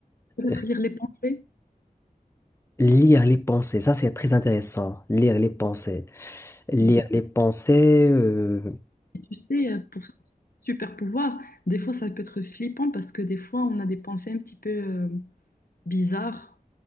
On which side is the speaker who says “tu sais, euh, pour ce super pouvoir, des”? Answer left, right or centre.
Left